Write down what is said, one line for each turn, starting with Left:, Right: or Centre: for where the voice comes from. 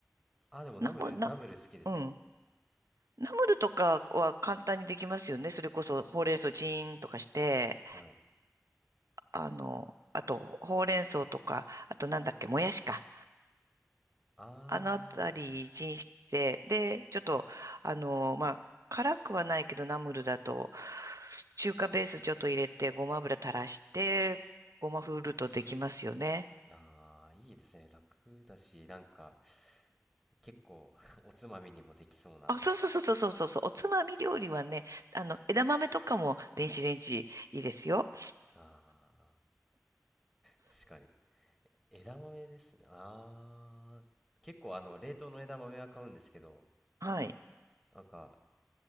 Centre: ああ、でもナムル、
Right: ナム、な、
Centre: ナムル好きですよ、
Right: うん。
Centre: 僕。
Right: ナムルとかは簡単にできますよね。それこそほうれん草チーンとかして、
Centre: はい。
Right: あの、あとほうれん草とか、あとなんだっけ、もやしか。
Centre: ああ、
Right: あのあたりチンして、
Centre: はい。
Right: で、ちょっと、あの、まあ、辛くはないけどナムルだと、中華ベースちょっと入れて、ごま油垂らして、ごまふるとできますよね。
Centre: ああ、いいですね。楽だし、なんか、結構 <laughs> おつまみにもできそうな。
Right: あ、そうそうそうそうそうそう。おつまみ料理はね、あの、枝豆とかも電子レンジいいですよ。
Centre: あー確かに枝豆ですねあー結構あの冷凍の枝豆は買うんですけど
Right: はい。
Centre: なんか